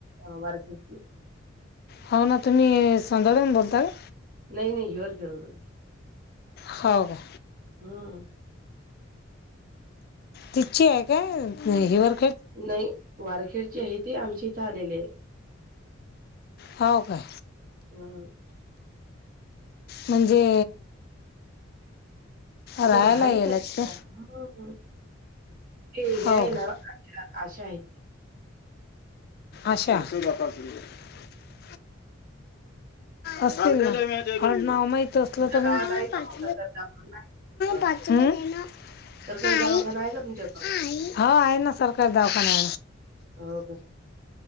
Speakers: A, on the right; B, on the left.
A: ओ वारक्याची
B: हो ना तुम्ही संदबन बोलताय
A: नाही नाही <unintelligible>
B: हो का.
A: हम्
B: तिची आहे काय हिवर
A: नाही वारखेडचे आहे ते आमचे इथे आलेले आहे.
B: हो का.
A: हम
B: म्हणजे?
A: इथ
B: राहायला
A: राहालेच
B: येलात
A: आले
B: का
A: त्या हम. ते हे
B: हो
A: आहे
B: का
A: ना आशा आहेत.
B: आशा <unintelligible> अस ह नाव <unintelligible> आडनाव माहित तर
A: तुमच्या गावात आहे
B: पाच
A: का मग सरकारी दवाखाना आहे
B: पाच
A: का?
B: <unintelligible> <unintelligible>
A: सरकारी दवाखाना आहे का तुमच्या गावात?
B: हा आहे ना सरकार दवाखान्या
A: हो का